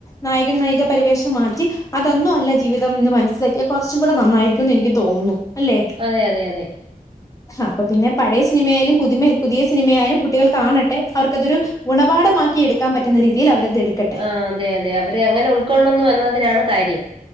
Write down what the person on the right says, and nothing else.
അതെ അതെ അതെ
ആ അതെ അതെ അവര് എ ങ്ങനെ ഉൾക്കൊള്ളുന്നു എന്നതിനാണ് കാര്യം.